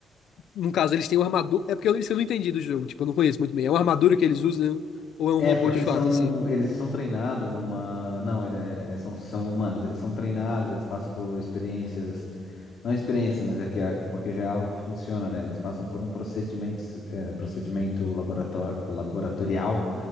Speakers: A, on the left; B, on the left.
A: No caso, eles têm uma armadura... É porque eu, isso eu não entendi do jogo, tipo, eu não conheço muito bem. É uma armadura que eles usam ou é um
B: É,
A: robô
B: porque
A: de
B: eles
A: fato,
B: são,
A: assim?
B: eles são treinados numa. Não, ele é- é- são, são humanos, eles são treinados, eles passam por experiências. Não experiências, mas é que, é- porque já é algo que funciona, né? Eles passam por um procedimento, é, procedimento laborato- laboratorial,